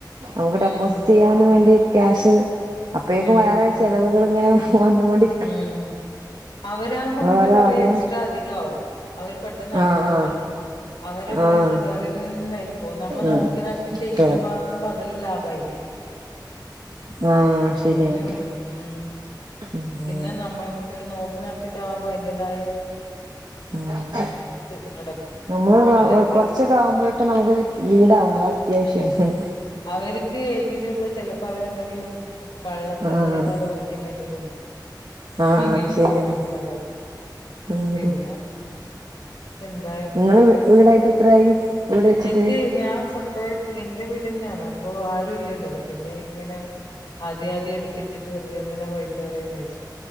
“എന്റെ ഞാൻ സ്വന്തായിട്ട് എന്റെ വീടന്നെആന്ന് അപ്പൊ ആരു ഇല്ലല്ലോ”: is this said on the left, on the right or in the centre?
Left